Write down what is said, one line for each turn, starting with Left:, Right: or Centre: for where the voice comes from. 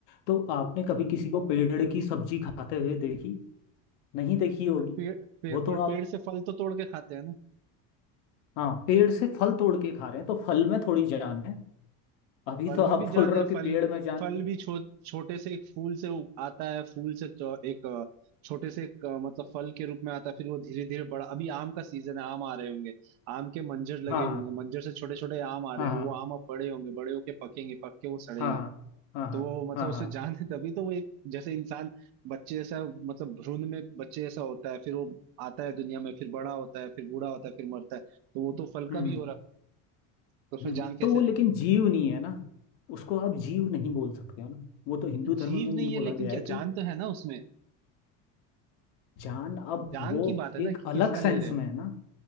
Left: तो आपने कभी किसी को पेड़ की सब्जी खाते हुए देखी नहीं देखी होगी
Right: पर पेड़ पेड़
Left: वो तो
Right: पर पेड़
Left: आप
Right: से फल तो तोड़ के खाते हैं ना
Left: हाँ पेड़ से फल तोड़ के खा रहे हैं तो फल में थोड़ी जान है अभी
Right: फल
Left: तो आप
Right: में भी जान
Left: बोल रहे
Right: है
Left: हो कि
Right: फल
Left: पेड़ में जान
Right: फल भी छो, छोटे से एक फूल से उ- आता है फूल से तो एक अ, छोटे से एक अ, मतलब फल के रूप में आता है फिर वो धीरे धीरे बड़ा अभी आम का सीजन है आम आ रहे होंगे आम के मंजर
Left: हाँ
Right: लगे होंगे मंजर से छोटे छोटे आम आ रहे
Left: हाँ
Right: होंगे
Left: हाँ
Right: वो आम अब बड़े होंगे बड़े होके पकेंगे पक के वो सड़ेंगे
Left: हाँ हाँ हाँ हाँ
Right: तो वो मतलब
Left: हाँ हाँ
Right: उसमें
Left: हाँ हाँ,
Right: जान है तभी तो वो एक जैसे इंसान बच्चे जैसा मतलब भ्रूण में बच्चे जैसा होता है फिर वो आता है दुनिया में फिर बड़ा होता है फिर बूढ़ा होता है फिर मरता है तो वो तो फल का
Left: हम्म
Right: भी हो रहा तो उसमें
Left: हम्म,
Right: जान
Left: तो
Right: कैसे
Left: वो
Right: नहीं
Left: लेकिन जीव नहीं है ना उसको आप जीव नहीं बोल सकते हो ना वो तो हिंदू
Right: जीव
Left: धर्म में
Right: नहीं
Left: ये बोला
Right: है लेकिन
Left: गया
Right: क्या
Left: है कि
Right: जान तो है ना उसमें
Left: जान अब
Right: जान
Left: वो
Right: की बात है
Left: एक
Right: ना कि
Left: अलग
Right: किसका
Left: सेंस
Right: ले रहे हो
Left: में है ना